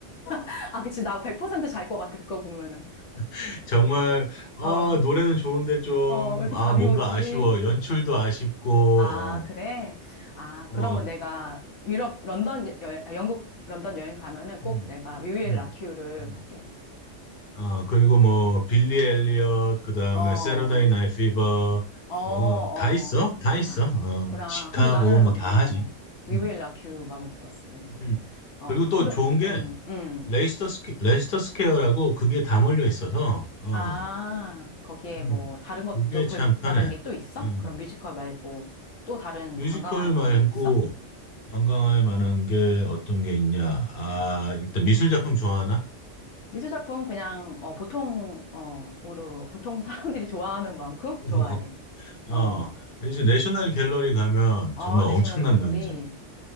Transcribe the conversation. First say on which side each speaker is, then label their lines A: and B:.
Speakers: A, on the left; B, on the left.
A: <laughs> 아, 그치. 나 100%잘 것 같아, 그거 보면은.
B: <laughs> 정말 아,
A: 어,
B: 노래는 좋은데 좀
A: 어, 왜 이렇게
B: 아,
A: 잠이
B: 뭔가
A: 오지?
B: 아쉬워. 연출도 아쉽고
A: 아, 그래?
B: 어,
A: 아,
B: 어,
A: 그러면 내가 유럽, 런던, 여, 여- 영국, 런던 여행 가면은 꼭
B: 음,
A: 내가 뮤일
B: 음,
A: 라큐를
B: 음.
A: 볼게.
B: 아, 그리고 뭐, 빌리 엘리엇, 그 다음에
A: 어,
B: 세러데이 나이 피버,
A: 어, 어.
B: 뭐, 다 있어? 다 있어.
A: <gasps>
B: 어,
A: 구나.
B: 시카고,
A: 근데 나는,
B: 뭐, 다
A: 어,
B: 하지.
A: We
B: 음,
A: Will Rock You 마음에 들었어, 왠지.
B: 음.
A: 어,
B: 그리고 또
A: 그럼,
B: 좋은 게,
A: 음, 음.
B: 레이스터 스퀘, 레이스터 스퀘어라고 그게 다 몰려 있어서, 어,
A: 아, 거기에
B: 어,
A: 뭐, 다른 것도
B: 그게
A: 볼
B: 참 편해.
A: 만한 게 또 있어?
B: 음.
A: 그럼 뮤지컬 말고 또 다른
B: 뮤지컬
A: 관광할 만한
B: 말고
A: 게 있어?
B: 관광할 만한 게 어떤 게 있냐? 아, 일단 미술 작품 좋아하나?
A: 미술 작품 그냥 어, 보통 어으로 보통 사람들이 좋아하는 만큼
B: <laughs>
A: 좋아해. 어.
B: 어, 이제 내셔널 갤러리 가면
A: 아,
B: 정말
A: 내셔널
B: 엄청난
A: 갤러리구나.
B: 명작이.